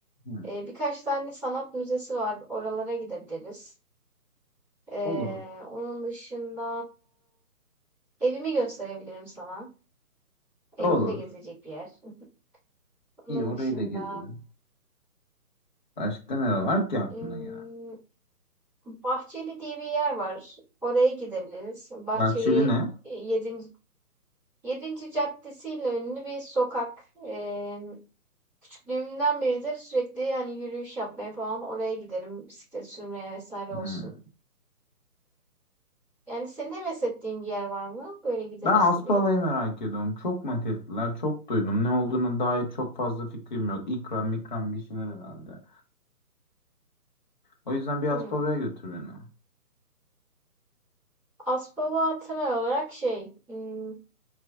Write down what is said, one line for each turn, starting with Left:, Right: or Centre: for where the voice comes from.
Left: Hı.
Centre: Ee, birkaç tane sanat müzesi var. Oralara gidebiliriz. Ee,
Left: Olur.
Centre: onun dışında evimi gösterebilirim sana. Evim
Left: Olur.
Centre: de gezecek bir yer. <laughs> Onun
Left: İyi orayı
Centre: dışında
Left: da gezelim. Başka ne var ki aklına
Centre: hmm,
Left: ya?
Centre: Bahçeli diye bir yer var. Oraya gidebiliriz. Bahçeli
Left: Bahçeli ne?
Centre: e, yedinci yedinci caddesiyle ünlü bir sokak. Ee, küçüklüğümden beridir sürekli yani yürüyüş yapmaya falan oraya giderim. Bisiklet sürmeye vesaire
Left: Hmm.
Centre: olsun. Yani senin heves ettiğin bir yer var mı? Böyle gideriz
Left: Ben Aspava'yı
Centre: diye.
Left: merak ediyorum. Çok mat ettiler, çok duydum. Ne olduğuna dair çok fazla fikrim yok. İkram mikram bir şeyler herhalde. O yüzden bir
Centre: Hımm.
Left: Aspava'ya götür beni.
Centre: Aspava hatıra olarak şey, ımm,